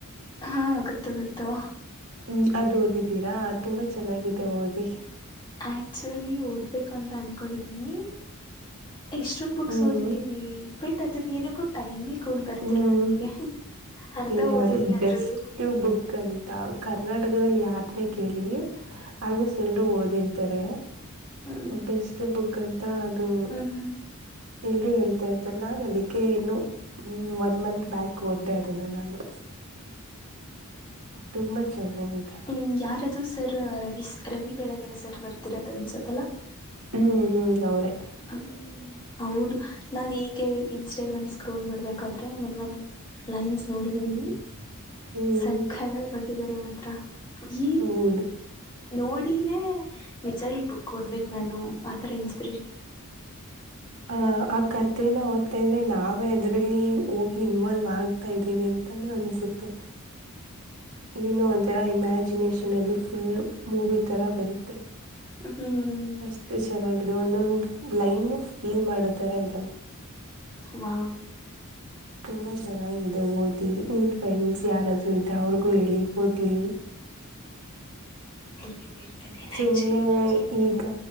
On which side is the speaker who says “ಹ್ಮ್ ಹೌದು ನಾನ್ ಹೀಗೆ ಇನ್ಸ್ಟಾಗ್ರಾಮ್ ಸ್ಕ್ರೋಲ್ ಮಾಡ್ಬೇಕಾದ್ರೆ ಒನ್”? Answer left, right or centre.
Left